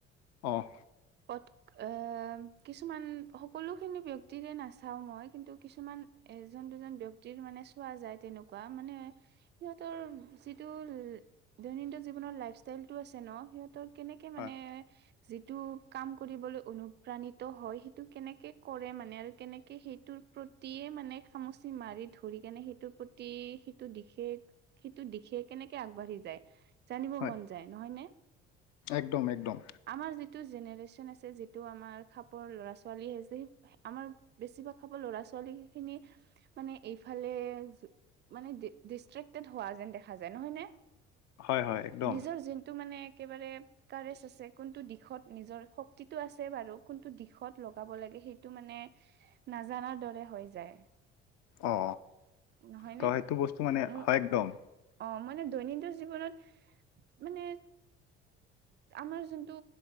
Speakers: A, on the left; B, on the right.
A: অ',
B: পদ আহ, কিছুমান সকলোখিনি ব্যক্তিৰে নাচাও মই কিন্তু কিছুমান এজন দুজন ব্যক্তিৰ মানে চোৱা যায় তেনেকুৱা মানে, সিহঁতৰ যিটো দৈনন্দিন জীৱনৰ লাইফষ্টাইলটো আছে ন' সিহঁতৰ কেনেকৈ
A: হয়
B: মানে, যিটো কাম কৰিবলৈ অনুপ্ৰাণিত হয় সেইটো কেনেকে কৰে মানে আৰু কেনেকে সেইটোৰ প্ৰতিয়ে মানে খামুচি মাৰি ধৰি কেনে সেইটোৰ প্ৰতি, সেইটো দিশে, সেইটো দিশে কেনেকে আগ বাঢ়ি যায়, জানিব
A: হয়
B: মন যায় নহয় নে,
A: একদম একদম।
B: আমাৰ যিটো জেনেৰে চন আছে যিটো আমাৰ খাপৰ ল'ৰা ছোৱালী আছে আমাৰ বেছিভাগ খাপৰ লৰা ছোৱালী খিনি মানে এইফালে মানে ডিষ্ট্ৰেক্টেড হোৱা যেন দেখা যায় নহয় নে?
A: হয় হয় একদম
B: নিজৰ যোনটো মানে একেবাৰে কাৰেজ আছে কোনটো দিশত নিজৰ শক্তিটো আছে বাৰু কোনটো দিশত লগাব লাগে সেইটো মানে নাজানাৰ দৰে হৈ যায়।
A: অ
B: নহয়
A: ত
B: নে,
A: সেইটো বস্তু মানে
B: উম,
A: হয় একদম।
B: অ, মানে দৈনন জীৱনত, মানে, আমাৰ যোনটো